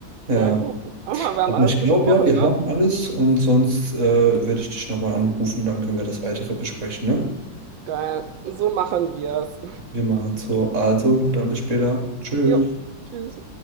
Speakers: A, on the right; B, on the right.
A: Ja.
B: Ja, gut. Guck mal, wir haben
A: Aber
B: alles
A: ich
B: besprochen,
A: glaube ja, wir
B: ne?
A: haben alles und sonst äh, werde ich dich nochmal anrufen, dann können wir das weitere besprechen, ne?
B: Geil. So machen wir es.
A: Wir machen so. Also, dann bis später. Tschüss.
B: Jo. Tschüss.